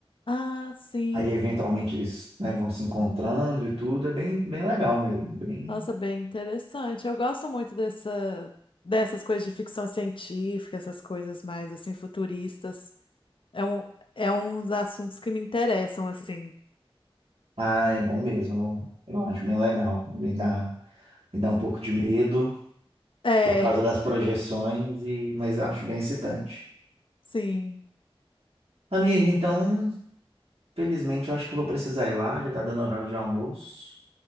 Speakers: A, on the left; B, on the right.
A: Ah, sim.
B: Aí, eventualmente, eles, né, vão se encontrando e tudo. É bem, bem legal mesmo. Bem...
A: Nossa, bem interessante. Eu gosto muito dessa, dessas coisas de ficção científica, essas coisas mais, assim, futuristas. É um, é uns assuntos que me interessam, assim.
B: Ah, é bom mesmo. Eu, eu acho bem legal. Me dá, me dá um pouco de medo
A: É,
B: por causa das projeções, e... mas eu acho bem excitante.
A: <laughs> sim.
B: Amigo, então Felizmente, eu acho que eu vou precisar ir lá, já tá dando horário de almoço.